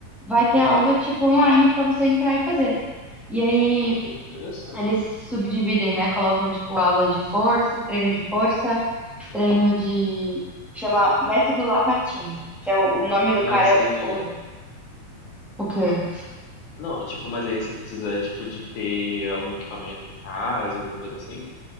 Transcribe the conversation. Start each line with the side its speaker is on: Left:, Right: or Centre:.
Centre: vai ter
Left: Uhum.
Centre: aula, tipo, online pra você entrar e fazer. E aí
Left: Olha, interessante.
Centre: eles subdividem, né? Colocam, tipo, aula de força, treino de força, treino de... Chama Método Lapatin, que é o, o nome do
Left: Mas
Centre: cara, é
Left: aí.
Centre: o, o quê?
Left: Não, tipo, mas aí você precisa, tipo, de ter algum equipamento em casa, alguma coisa assim?